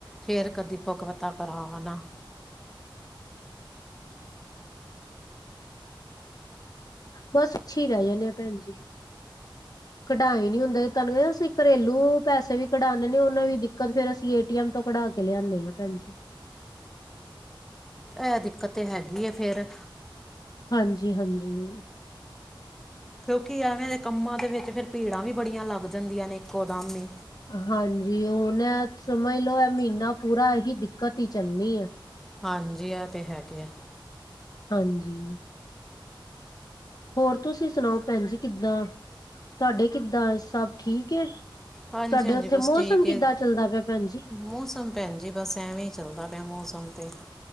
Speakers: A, in the centre; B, on the left (about 45°).
A: ਫੇਰ ਕਦੀ ਭਕਵਤਾ ਕਰਾਵਾ ਨਾ
B: ਬਸ ਅੱਛੀ ਈ ਰਹਿ ਜਾਂਨੇ ਆਂ ਭੈਣ ਜੀ ਕਢਾਏ ਨੀ ਹੁੰਦਾ ਤਹਾਨੂੰ ਕ ਅਸੀਂ ਘਰੇਲੂ ਪੈਸੇ ਵੀ ਕਢਾਣ ਜਾਨੇ ਓਨਾਂ ਵੀ ਦਿ ਕ ਫੇਰ ਅਸੀ ਏ ਟੀ ਐਮ ਤੋਂ ਕਢਾ ਕੇ ਲਿਆਨੇ ਆਂ ਭੈਣ ਜੀ।
A: ਐ ਦਿੱਕਤ ਤੇ ਹੈਗੀ ਏ ਫੇਰ
B: ਹਾਂਜੀ ਹਾਂਜੀ।
A: ਕਿਉਂਕਿ ਐਵੇਂ ਦੇ ਕੰਮਾਂ ਦੇ ਵਿੱਚ ਫਿਰ ਭੀੜਾਂ ਵੀ ਬੜੀਆਂ ਲੱਗ ਜਾਂਦੀਆਂ ਨੇ ਇੱਕੋ ਦਮ ਈ
B: ਹਾਂਜੀ ਉਹ ਨਾ ਸਮਝ ਲਓ ਇਹ ਮਹੀਨਾ ਪੂਰਾ ਇਹੀ ਦਿੱਕਤ ਹੀ ਚੱਲਣੀ ਹੈ।
A: ਹਾਂਜੀ ਆ ਤਾਂ ਹੈਗੇ ਆ
B: ਹਾਂਜੀ। ਹੋਰ ਤੁਸੀਂ ਸੁਣਾਓ ਭੈਣ ਜੀ ਕਿੱਦਾਂ ਤੁਹਾਡੇ ਕਿੱਦਾਂ ਸਭ ਠੀਕ ਹੈ।
A: ਹਾਂਜੀ
B: ਤੁਹਾਡੇ
A: ਹਾਂਜੀ
B: ਉੱਥੇ
A: ਬਸ
B: ਮੌਸਮ
A: ਠੀਕ
B: ਕਿੱਦਾਂ
A: ਹੈ
B: ਚੱਲਦਾ ਪਿਆ ਭੈਣ ਜੀ।
A: ਮੌਸਮ। ਭੈਣ ਜੀ ਬਸ ਐਵੇਂ ਹੀ ਚੱਲਦਾ ਪਿਆ ਮੌਸਮ ਤੇ